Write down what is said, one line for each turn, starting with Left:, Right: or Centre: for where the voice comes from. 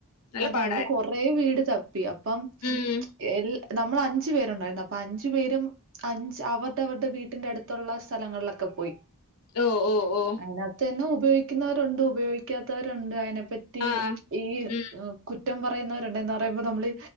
Left: നല്ല
Right: അതമ്മ
Left: പാടായിരുന്നു
Right: കൊറേ വീട് തപ്പി അപ്പം
Left: ഉം
Right: എൽ നമ്മൾ അഞ്ചു പേരുണ്ടായിരുന്നു അപ്പൊ അഞ്ചു പേരും അഞ്ച് അവർടവരുടെ വീട്ടിന്റെ അടുത്തുള്ള സ്ഥലങ്ങളിലൊക്കെ പോയി
Left: ഓഹ് ഓഹ് ഓഹ്
Right: അതിനകത്ത് തന്നെ ഉപയോഗിക്കുന്നവരുണ്ട് ഉപയോഗിക്കാത്തവരുണ്ട് അതിനെപ്പറ്റി
Left: ആ
Right: ഈ
Left: ഉം
Right: കുറ്റം പറയുന്നവരുണ്ടന്ന്പറയുമ്പോൾ നമ്മള്